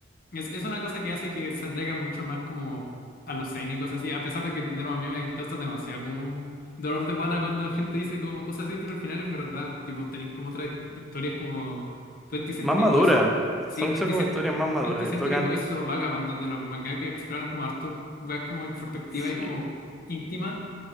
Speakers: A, on the left; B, in the centre.
A: es, es una cosa que hace que se atraiga mucho más como a los cénicos, así, a pesar de que, de nuevo, a mí me causa demasiado como dolor de guata cuando gente dice como cosas así, pero al final es verdad, tipo, tenéis como otras historias como 20 Century
B: Más maduras.
A: Boys, sí,
B: Son,
A: 20th,
B: son como
A: Cen-
B: historias más maduras.
A: 20 Century
B: y Tocan,
A: Boys o Vagabond, donde los mangakas exploran como harto, weas como introspectiva
B: sí,
A: y como íntima,